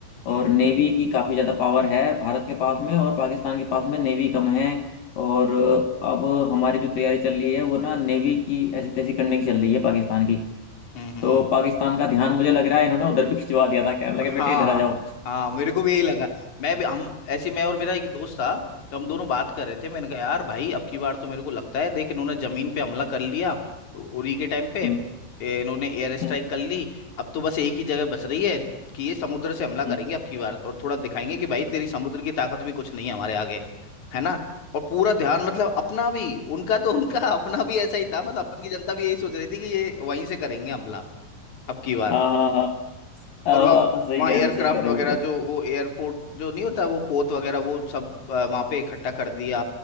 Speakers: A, on the left (about 40°); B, on the left (about 70°).
A: हम्म
B: और नेवी की काफ़ी ज़्यादा पावर है भारत के पास में और पाकिस्तान के पास में नेवी कम है और अब हमारी जो तैयारी चल रही है वो ना नेवी की ऐसी तैसी करने की चल रही है पाकिस्तान की
A: हम्म हम्म
B: तो
A: हम्म।
B: पाकिस्तान का ध्यान मुझे लग रहा है इन्होंने उधर भी खिंचवा दिया था कहने लगे
A: हाँ
B: बेटे इधर आ जाओ
A: हाँ मेरे को भी यही लगा मैं भी हम ऐसे मैं और मेरा एक दोस्त था तो हम दोनों
B: <laughs>
A: बात कर रहे थे मैंने कहा यार भाई अब की बार तो मेरे को लगता है देख इन्होंने जमीन पे हमला कर लिया उ- उरी के टाइम पे
B: हम्म,
A: ए, इन्होंने एयर स्ट्राइक
B: हम्म,
A: कर ली अब तो बस एक ही जगह बच रही है कि ये समुद्र से हमला करेंगे
B: हम्म।
A: अब की बार और थोड़ा दिखाएंगे कि भाई तेरी समुद्र की ताकत भी कुछ नहीं है हमारे आगे है ना और पूरा ध्यान मतलब अपना भी उनका तो उनका <laughs> अपना भी ऐसा ही था मतलब अपन की जनता भी यही सोच रही थी कि ये वहीं से करेंगे हमला अब की
B: <laughs>
A: बार
B: हाँ हाँ हाँ
A: और वहाँ
B: हाँ, सही
A: वहाँ
B: कह
A: एयरक्राफ्ट
B: रहे सही कह रहे
A: वगैरह
B: बिल्कुल
A: जो वो एयरपोर्ट जो नहीं होता वो पोत वगैरह वो सब अ, वहाँ पे इकट्ठा कर दिया